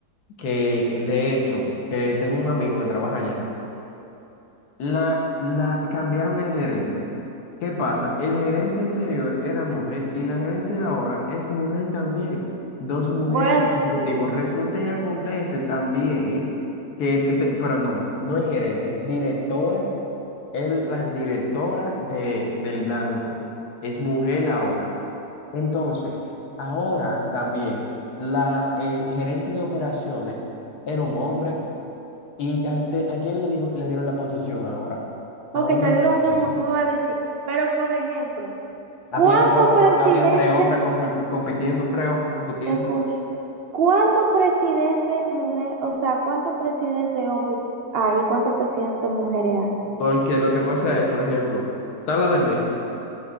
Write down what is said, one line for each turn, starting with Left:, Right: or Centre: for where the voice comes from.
Left: que, de hecho, que tengo un amigo que trabaja allá. La, la, cambiaron el gerente. ¿Qué pasa? El gerente anterior era mujer y la gerente de ahora es mujer también. Dos mujeres
Right: Bueno,
Left: consecutivas. Resulta y acontece también que, te- te- perdón, no es gerente, es directora es la directora de, del Blanco. Es mujer ahora. Entonces, ahora también la eh, gerente de operaciones era un hombre. ¿Y a, te- a quién le, digo, le dieron la posición ahora?
Right: porque
Left: A una
Right: se dieron
Left: mujer.
Right: una, mu- tú me vas a decir, pero por ejemplo,
Left: Habían
Right: ¿cuántos
Left: cuatro,
Right: presidentes?
Left: habrían tres hombres compiti- compitiendo, tres hombres compitiendo.
Right: Escucha, ¿cuántos presidentes mujer, o sea, cuántos presidentes hombres hay y cuántos presidentes mujeres hay?
Left: Porque lo que pasa es, por ejemplo, está la de México.